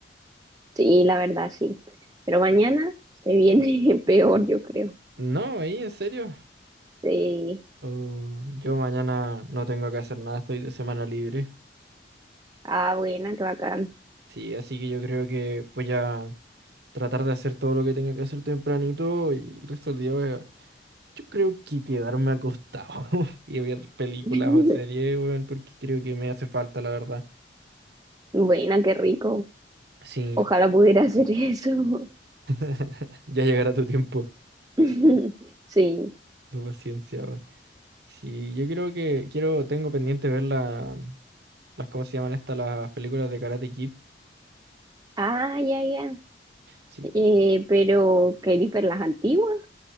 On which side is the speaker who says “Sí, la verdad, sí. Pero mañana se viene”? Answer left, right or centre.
Right